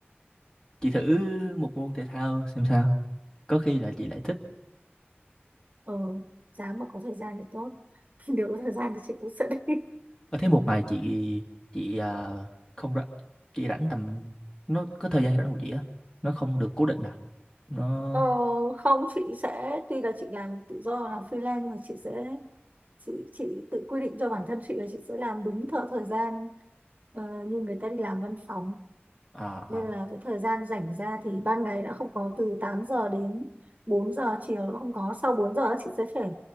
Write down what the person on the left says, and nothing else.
chị thử một môn thể thao xem sao có khi là chị lại thích
Ờ, Thế một ngày chị chị à, không rảnh, chị rảnh tầm nó có thời gian rảnh của chị á nó không được cố định à nó
à
à